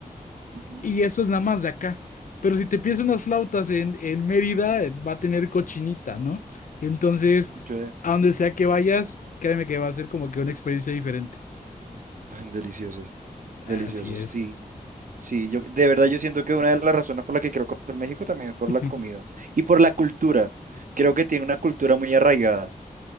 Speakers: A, on the right; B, on the left.
A: Ujú.
B: y eso es nada más de acá. Pero si te pides unas flautas en, en Mérida, eh, va a tener cochinita, ¿no? Entonces,
A: Ok.
B: a donde sea que vayas, créeme que va a ser como que una experiencia diferente.
A: Ay, Deliciosos. Deliciosos.
B: Así es.
A: Sí. Sí. Yo, de verdad, yo siento que una de las razones por la que quiero conocer México también es por
B: <laughs>
A: la comida y por la cultura. Creo que tiene una cultura muy arraigada.